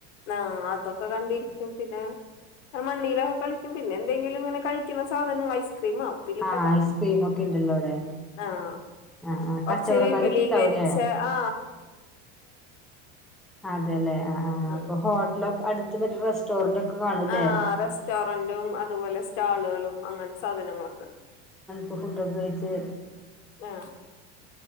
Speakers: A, on the left; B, in the centre.
A: ആ അതൊക്കെ കണ്ടിരിക്ക പിന്നെ മണ്ണയിലൊക്കെ കളിക്കും പിന്നെ എന്തെങ്കിലും ഇങ്ങനെ കഴിക്കുന്ന സാധനം ഐസ് ക്രീമോ ഉപ്പിലിട്ടതാ
B: ആഹ് ഐസ്ക്രീം ഒക്കെ ഉണ്ടല്ലോ അവിടെ
A: ആഹ്
B: ആഹ് ആഹ്
A: കൊറച്ച്
B: കച്ചവടക്കാരൊക്കെ
A: വിപുലീകരിച്ച
B: ഉണ്ടാവൂല്ലേ
A: ആ
B: അതെല്ലേ ആ ആ
A: ഉം
B: അപ്പൊ ഹോട്ടല അടു അ മറ്റ റെസ്റ്റോറന്റ് കാണൂല്ലേ
A: ആ റെസ്റ്റോറന്റും അതുപോലെ ആളുകളും അങ്ങനെ സാധനങ്ങളൊക്കെ
B: ടൊക്കെ കഴിച്ചേ
A: ആ